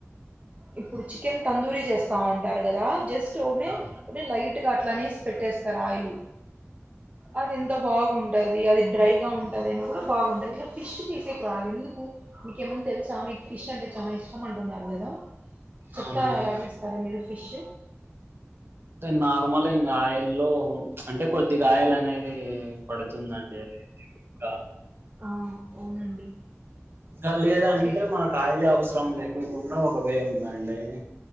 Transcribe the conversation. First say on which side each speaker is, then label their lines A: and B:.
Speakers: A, on the right; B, on the right.
A: ఇప్పుడు చికెన్ తందూరి చేస్తా ఉంటారు కదా జస్ట్ ఓమ్
B: అవును,
A: అది లైట్ గా అట్లానే పెట్టేస్తారు ఆయిల్ అది ఎంత బాగుంటది అది డ్రైగా ఉంటది అయినా కూడా బాగుంటది. కానీ ఫిష్ చేసేకు రాదు ఎందుకు మీక ఏమన్నా తెలుసా మీకు ఫిష్ అంటే చాలా ఇష్టం అంటున్నారు కదా చెప్తారా
B: అవునండి.
A: ఎలా చేస్తారో మీరు ఫిష్
B: నార్మల్ ఇంకా ఆయిల్ల్లో అంటే కొద్దిగా ఆయిల్ అనేవి పడుతుందండి అ ఇంకా
A: ఆ అవునండి
B: ఇంకా లేదంటే
A: ఓకే
B: మనకు ఆయిల్ ఏ అవసరం లేకుకుండా ఒక వే ఉందండి